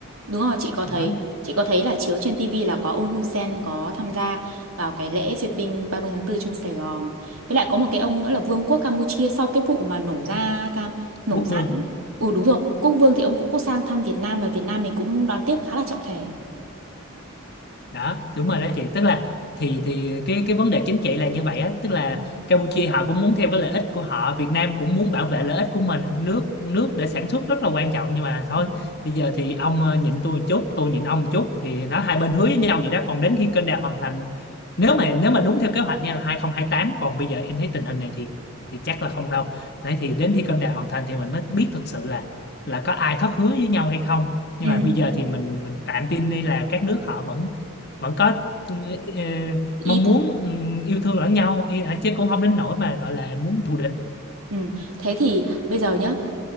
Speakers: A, on the right; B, on the left.
A: Đúng rồi, chị có
B: đó,
A: thấy. Chị có thấy là chiếu trên TV là có ông Hun Sen có tham gia vào cái lễ duyệt binh 30 tháng 4 trong Sài Gòn. Với lại có một cái ông nữa là Vương quốc Campuchia sau cái vụ mà nổ ra cam nổ
B: quốc
A: ra.
B: vương
A: ấy. Ừ đúng rồi, Quốc Vương thì ông cũng có sang thăm Việt Nam và Việt Nam mình cũng đón tiếp khá là trọng thể.
B: đó đúng rồi đó chị tức là thì thì cái cái vấn đề chính trị là như vậy á tức là
A: Ừ.
B: Campuchia họ cũng muốn theo cái lợi ích của họ Việt Nam cũng muốn bảo vệ lợi ích của mình nước nước để sản xuất rất là quan trọng nhưng mà thôi
A: ừ.
B: bây giờ thì ông ờ, nhịn tôi một chút tôi nhịn ông một chút thì nó hai bên hứa với nhau vậy đó còn đến khi kênh đào hoàn thành nếu mà nếu mà đúng theo kế hoạch nha là hai hai không hai tám còn bây giờ em thấy tình hình này thì thì chắc là không đâu đấy thì đến khi kênh đào hoàn thành thì mình mới biết thật sự là là có ai thất hứa với nhau hay không nhưng
A: Ừ.
B: mà bây giờ thì mình mình tạm tin đi là các nước họ vẫn vẫn có ừ, ờ, mong
A: Ý
B: muốn ừ, yêu thương lẫn nhau ý- à, chứ cũng không đến nỗi mà gọi là muốn thù địch
A: Ừ. Thế thì bây giờ nhá